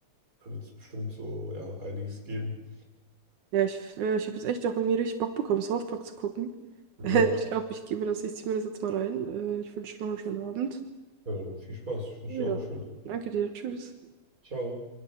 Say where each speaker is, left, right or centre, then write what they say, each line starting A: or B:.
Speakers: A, on the right; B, on the right.
A: da wird es bestimmt so, ja, einiges geben.
B: Ja, ich, äh, ich habe jetzt echt auch irgendwie richtig Bock bekommen, South Park zu gucken. <laughs>
A: Ja,
B: Ich glaube, ich gehe mir das, ich ziehe mir das jetzt mal rein. Äh, ich wünsche dir noch einen schönen Abend.
A: ja, dann viel Spaß. Ich wünsche
B: Ja,
A: dir auch einen schönen Abend.
B: danke dir. Tschüss.
A: Ciao.